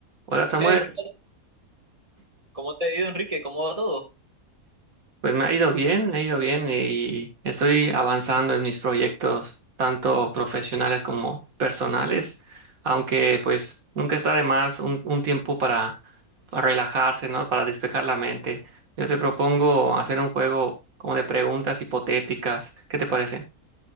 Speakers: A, on the right (about 70°); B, on the right (about 25°).
A: Hola Samuel,
B: Hey, ¿qué tal? ¿cómo te ha ido, Enrique? ¿Cómo va todo?
A: pues me ha ido bien, me ha ido bien y estoy avanzando en mis proyectos, tanto profesionales como personales, aunque pues nunca está de más un, un tiempo para, para relajarse, ¿no? Para despejar la mente. Yo te propongo hacer un juego como de preguntas hipotéticas, ¿qué te parece?